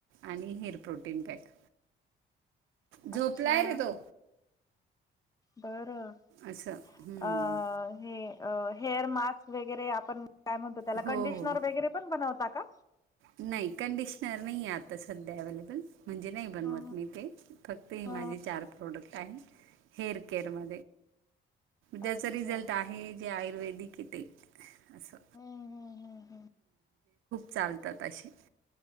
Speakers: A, on the right; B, on the left.
A: आणि हेअर प्रोटीन पॅक. झोपलाय
B: अच्छा.
A: रे तो
B: बरं
A: असं हम्म.
B: अ हे. हेअर मास्क वगैरे आपण काय म्हणतो त्याला
A: हो
B: कंडिशनर
A: हो.
B: वगैरे पण बनवता का.
A: नाही कंडिशनर नाही आहे आता सध्या अवेलेबल. म्हणजे नाही बनवत
B: हा
A: मी ते फक्त हे
B: हा
A: माझे चार प्रोडक् आहे हेअर केअर म
B: हा.
A: त्याचा
B: अच्छा
A: रिझल्ट आहे आयुर्वेदिक ये ते असं.
B: हम्म हम्म हम्म.
A: चालता ताशि